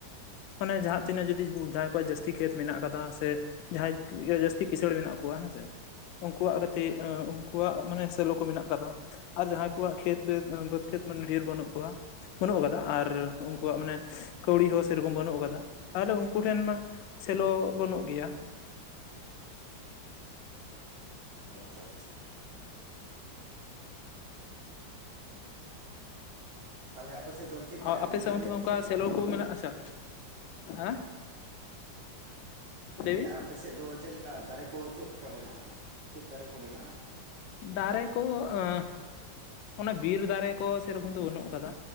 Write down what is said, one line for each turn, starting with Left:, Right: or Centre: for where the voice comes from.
Left: ᱟᱱᱮ ᱡᱟᱦᱟᱸ ᱛᱤᱱᱟᱹᱜ ᱡᱩᱫᱤ ᱡᱟᱦᱟᱸᱭ ᱠᱚᱣᱟᱜ ᱡᱟᱹᱥᱛᱤ ᱠᱷᱮᱛ ᱢᱮᱱᱟᱜ ᱠᱟᱫᱟ ᱥᱮ ᱡᱟᱦᱟᱸᱭ ᱤᱡᱟᱹ ᱡᱟᱹᱥᱛᱤ ᱠᱤᱥᱟᱹᱬ ᱢᱮᱱᱟᱜ ᱠᱚᱣᱟ ᱦᱮᱸ ᱥᱮ ᱩᱝᱠᱩᱣᱟᱜ ᱜᱟᱛᱤᱜ
Right: ᱦᱩᱸ
Left: <unintelligible> ᱠᱚᱣᱟᱜ ᱢᱟᱱᱮ ᱥᱮᱞᱳ ᱠᱚ ᱢᱮᱱᱟᱜ ᱠᱟᱫᱟ ᱟᱨ ᱡᱟᱦᱟᱸᱭ ᱠᱚᱣᱟᱜ ᱠᱷᱮᱛ ᱵᱮᱫᱽ ᱵᱟᱹᱫᱽ ᱠᱷᱮᱛ ᱢᱟᱱᱮ ᱰᱷᱮᱨ ᱵᱟᱹᱱᱩᱜ ᱠᱚᱣᱟ᱾ ᱵᱟᱹᱱᱩᱜ ᱠᱟᱫᱟ ᱟᱨ ᱩᱝᱠᱩᱣᱟᱜ
Right: ᱦᱩᱸ
Left: ᱢᱟᱱᱮ ᱠᱟᱹᱣᱲᱤ ᱦᱚᱸ ᱥᱮᱨᱠᱚᱢ ᱵᱟᱹᱱᱩᱜ ᱟᱠᱟᱫᱟ ᱛᱟᱦᱚᱞᱮ ᱩᱱᱠᱩ ᱴᱷᱮᱱ ᱢᱟ ᱥᱮᱞᱳ ᱵᱟᱹᱱᱩᱜ ᱜᱮᱭᱟ᱾
Right: ᱟᱪᱪᱷᱟ ᱟᱪᱪᱷᱟ ᱛᱟᱦᱞᱮ ᱟᱯᱮ ᱥᱮᱫ ᱫᱚ ᱪᱮᱫ
Left: ᱦᱚᱸ
Right: ᱫᱟᱨᱮ
Left: ᱟᱯᱮ
Right: ᱠᱚ ᱢᱮᱱᱟᱜ
Left: ᱥᱮᱜ ᱚᱱᱛᱮ
Right: ᱜᱮᱭᱟ
Left: ᱢᱟ
Right: ᱵᱮᱥᱤᱨ
Left: ᱚᱝᱠᱟ
Right: ᱵᱷᱟᱜᱽ
Left: ᱥᱮᱞᱳ ᱠᱳ ᱢᱮᱱᱟᱜ ᱟᱪᱪᱷᱟ ᱟᱸ
Right: <unintelligible>
Left: ᱞᱟᱹᱭᱵᱤᱱ
Right: ᱟᱯᱮ ᱥᱮᱫᱽ ᱫᱚ ᱪᱮᱫ ᱞᱮᱠᱟ ᱫᱟᱨᱮ ᱠᱚ ᱪᱮᱫᱽ ᱠᱟ ᱢᱮᱱᱟᱜᱼᱟ ᱪᱮᱫᱽ ᱫᱟᱨᱮ ᱠᱚ ᱢᱮᱱᱟᱜᱼᱟ ᱟᱨᱠᱤ?
Left: ᱫᱟᱨᱮ ᱠᱚ ᱟᱹ ᱚᱱᱟ ᱵᱤᱨ ᱫᱟᱨᱮ ᱠᱚ ᱥᱮᱨᱚᱠᱚᱢ ᱫᱚ ᱵᱟᱹᱱᱩᱜ ᱟᱠᱟᱫᱟ